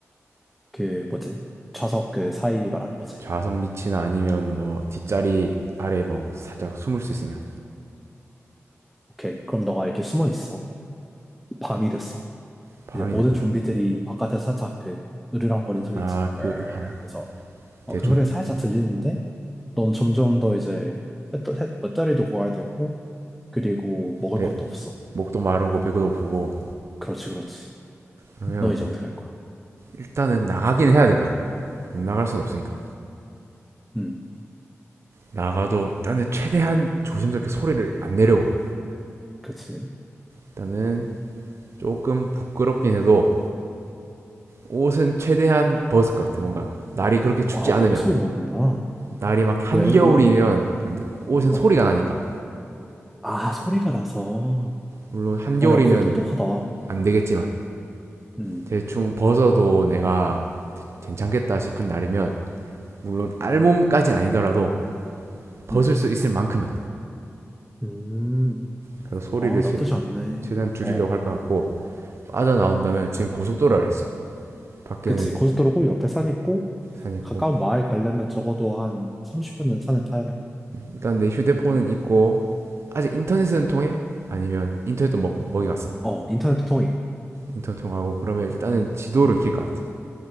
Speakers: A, in the centre; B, on the right (about 60°).
A: 그, 뭐지? 좌석 그 사이 말하는 거지.
B: 좌석 밑이나 아니면 뭐 뒷자리 아래 뭐 살짝 숨을 수 있으면
A: 오케이. 그럼 너가 이렇게 숨어 있어. 밤이 됐어.
B: 밤이
A: 이제 모든
B: 됐다.
A: 좀비들이 바깥에서 살짝 그, 으르렁거리는 소리
B: 아,
A: 있지.
B: 그 아,
A: 그래서, 어,
B: 대충
A: 그 소리가 살짝 들리는데, 넌 점점 더 이제, 배터- 해- 배터리도 구해야 되고, 그리고 먹을
B: 배,
A: 것도 없어.
B: 목도 마르고 배고도 부고
A: 그렇지, 그렇지.
B: 그러면
A: 너 이제 어떻게 할 거야?
B: 일단은 나가긴 해야 될 거 아니야. 안 나갈 순 없으니까.
A: 음,
B: 나가도 일단은 최대한 조심스럽게 소리를 안 내려고
A: 그렇지.
B: 일단은 조금 부끄럽긴 해도 옷은 최대한 벗을 것 같아. 뭔가 날이 그렇게 춥지
A: 아 옷을
B: 않으면
A: 벗는다?
B: 날이 막 한겨울이면
A: 왜? 옷,
B: 안 돼. 옷은
A: 어.
B: 소리가 나니까.
A: 아, 소리가 나서. 어,
B: 물론 한겨울이면
A: 야, 그거 똑똑하다.
B: 안 되겠지만
A: 음.
B: 대충 벗어도 내가 괜찮겠다 싶은 날이면 물론 알몸까진 아니더라도 벗을
A: 음. 음.
B: 수 있을 만큼은
A: 음,
B: 그래서 소리를
A: 아,
B: 최,
A: 나쁘지 않네.
B: 최대한 줄이려고
A: 어,
B: 할 것 같고 빠져나온다면 지금 고속도로라 했지 밖에는
A: 그치. 고속도로고 옆에 산 있고,
B: 산 있고
A: 가까운 마을 가려면 적어도 한 30분은 산을 타야 될 거야.
B: 일단 내 휴대폰은 있고 아직 인터넷은 통해? 아니면 인터넷도 먹, 먹이 갔어
A: 어, 인터넷도 통해.
B: 인턴 통하고 그러면 일단은 지도를 켤 것 같아.